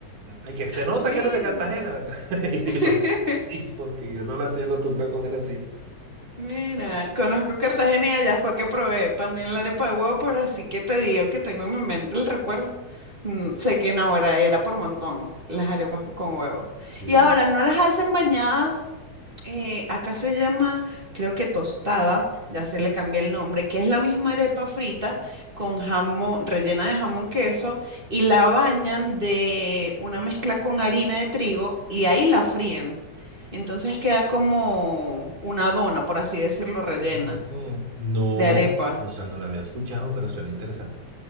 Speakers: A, on the right; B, on the right.
A: ay, que se nota
B: Mira,
A: que eres de Cartagena, ¿verdad? <laughs> Y
B: <laughs>
A: yo, sí, porque yo no la estoy acostumbrado a comer así.
B: Mira, conozco Cartagena y allá fue que probé también la arepa de huevo, pero así que te digo que tengo en mi mente el recuerdo. Mm, Sé que en ahora era por montón las arepas con huevo.
A: Sí.
B: Y ahora no las hacen bañadas Eh, acá se llama, creo que tostada, ya se le cambió el nombre, que es la misma arepa frita con jamón, rellena de jamón queso y la bañan de una mezcla con harina de trigo y ahí la fríen. Entonces queda como una dona, por así decirlo, rellena
A: Ujú. No,
B: de arepa.
A: o sea, no lo había escuchado, pero suena interesante.